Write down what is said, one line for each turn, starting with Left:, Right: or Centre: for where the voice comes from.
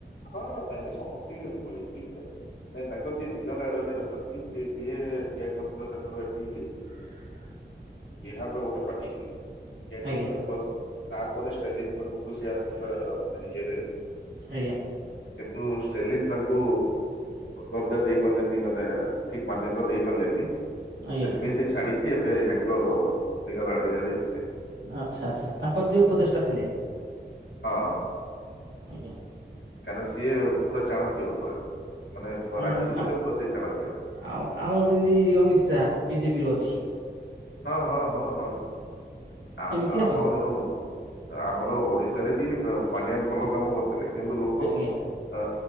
Left: ହଁ ନାଇଁ ନାଇଁ ସମସ୍ତେ <inaudible> ନାଇଁ ତାଙ୍କର ଯିଏ ଲିଗାଲ ଆଡଭାଇଜର ଅଛନ୍ତି ସେ ସିଏ ଚେକ୍ କରୁଥିଲା ତାଙ୍କର ଏଠି
Right: ହ <unintelligible>
Left: ବିହାରର ଗୋଟେ ପାଟିି କି କିଏ କରୁଥିଲ।
Right: ଆଜ୍ଞା
Left: ପ୍ଲସ୍ ତାପରେ ଷ୍ଟେଣ୍ଡିଙ୍ଗ ପାଖକୁ ସେ ଆସୂଥିଲା ମାନେ ଇଏରେ
Right: ଆଜ୍ଞା।
Left: କିନ୍ତୁ ଷ୍ଟେରଲିନ ତାଙ୍କୁ ଦର୍ଜା ଦେଇ ପାରିଲେନି ମାନେ ଠିକ ମାନ୍ୟତା ଦେଇ ପାରିଲିନି।
Right: ଆଜ୍ଞା
Left: ସେଥିପାଇଁ ସେ ଛାଡିକି ଏବେ ୟାଙ୍କ ଲିଗାଲ୍ ଆଡଭାଇଜର ହେଇଥିଲେ।
Right: ଆଚ୍ଛା ଆଚଛା ତାଙ୍କର ଯେଉଁ ଉପଦେଷ୍ଟା ଥିଲେ।
Left: ହଁ।
Right: ଆଜ୍ଞା।
Left: କାରଣ ସିଏ ପୁରା ଚାଣକ୍ୟ ପୁରା ମାନେ
Right: ହୁଁ
Left: ରାଜନୀତିରେ ପୁରା ସେ ଚାଣକ୍ୟ।
Right: ଆଉ ଆମର ଯେମିତି ଅମିତ ଶାହା ବିଜେପିର ଅଛି।
Left: ହଁ ହଁ ହଁ ହଁ। ଆ
Right: ସେମିତି
Left: ଆମର
Right: ଆଉ
Left: ଦେଖନ୍ତୁ ଆମର ଓଡିଶାରେ ବି ପାଣ୍ଡିଆନ୍ ଭଲ କାମ କରୁ ଥିଲେ କିନ୍ତୁ ଲୋକ।
Right: ଆଜ୍ଞା
Left: ଅ